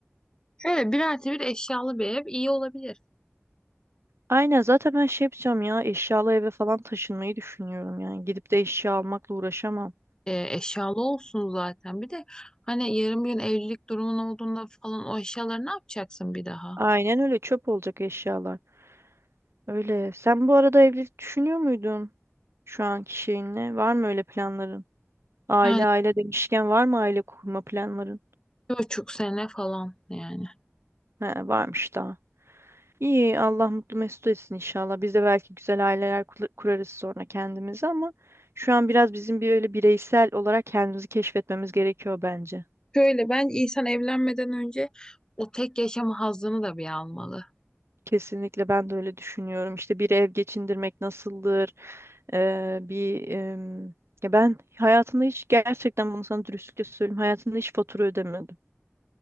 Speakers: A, on the left (about 15°); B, on the right (about 70°).
A: Şöyle bir artı bir eşyalı bir ev iyi olabilir.
B: Aynen zaten ben şey yapacağım ya eşyalı eve falan taşınmayı düşünüyorum yani. Gidip de eşya almakla uğraşamam.
A: Ee, eşyalı olsun zaten. Bir de hani yarın bir gün evlilik durumun olduğunda falan o eşyaları ne yapacaksın bir daha?
B: Aynen öyle çöp olacak eşyalar. Öyle. Sen bu arada evlilik düşünüyor muydun şu anki şeyinle? Var mı öyle planların? Aile
A: Yani
B: aile demişken var mı aile kurma planların?
A: bir buçuk sene falan yani.
B: He, varmış daha. İyi, Allah mutlu mesut etsin inşallah. Biz de belki güzel aileler kula- kurarız sonra kendimize ama şu an biraz bizim bir öyle bireysel olarak kendimizi keşfetmemiz gerekiyor bence.
A: Şöyle ben insan evlenmeden önce O tek yaşama hazzını da bir almalı.
B: Kesinlikle ben de öyle düşünüyorum. İşte bir ev geçindirmek nasıldır? Ee, bir em, ya ben hayatımda hiç gerçekten bunu sana dürüstlükle söyleyeyim. Hayatımda hiç fatura ödemedim.